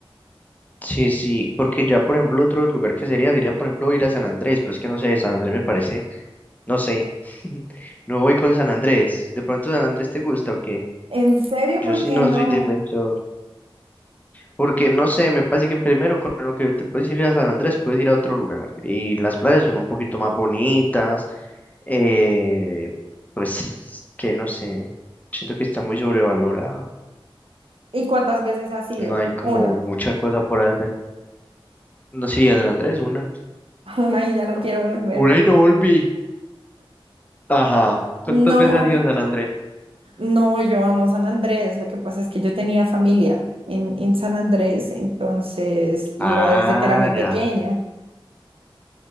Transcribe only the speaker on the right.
¿En serio?
¿Por
qué
no?
¿Y cuántas veces has ido?
Una.
<laughs> Una y ya no <laughs> quiero volver.
No.
No, yo amo San Andrés. Lo que pasa es que yo tenía familia en, en San Andrés, entonces iba
desde que era muy pequeña.